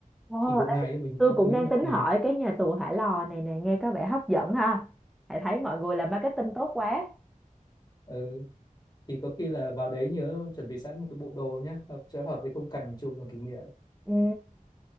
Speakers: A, in the centre; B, on the left (about 30°).
A: Ồ,
B: thì một ngày thì mình
A: tôi cũng
B: nghĩ
A: đang
B: là
A: tính
B: ừ,
A: hỏi cái nhà tù Hỏa Lò này nè nghe có vẻ hấp dẫn ha hãy thấy mọi người làm marketing tốt quá
B: ừ, thì có khi là vào đấy nhớ chuẩn bị sẵn một cái bộ đồ nhé hợp cho hợp với khung cảnh chụp làm kỷ niệm
A: ừ